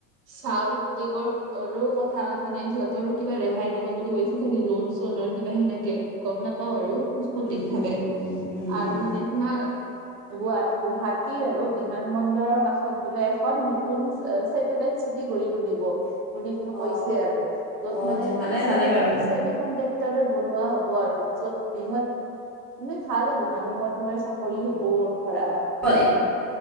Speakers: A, on the right (about 85°); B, in the centre.
A: চাহ উদ্যোগৰো কথা মানে সিহঁতৰো কিবা ৰেহ- হাই দিব বুলি হৈছে চাগে লোন চন আৰু কিবা সেনেকে গম নাপাও আৰু সঠিক
B: উম
A: ভাৱে
B: উম উম উম
A: আৰু
B: উম
A: মানে তোমাৰ গুৱা গুৱাহাটী আৰু বিমান বন্দৰৰ কাষত বোলে এখন নতুন চে চেত- দেদাই চিটি কৰি তুলিব বুলি ভা
B: অ
A: কৈছে আৰু য'ত
B: অ
A: মানে
B: যে ভালে
A: এ চেমি
B: ভালে বাৰু
A: চাত চে ফেনিচান টেক্টৰো বনোৱা হ'ব আৰু য'ত বৃহৎ মানে ভাল হ'ব মানুহৰ তোমাৰ চাকৰি হব ধৰা
B: <unintelligible>